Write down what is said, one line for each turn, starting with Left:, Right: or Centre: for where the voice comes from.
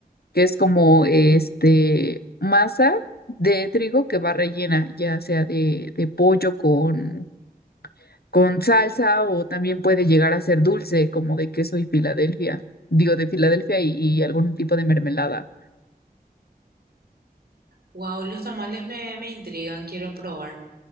Left: que es como este masa de trigo que va rellena, ya sea de, de pollo con, con salsa o también puede llegar a ser dulce, como de queso y Filadelfia. Digo, de Filadelfia y, y algún tipo de mermelada.
Right: Wow, los tamales me, me intrigan, quiero probar.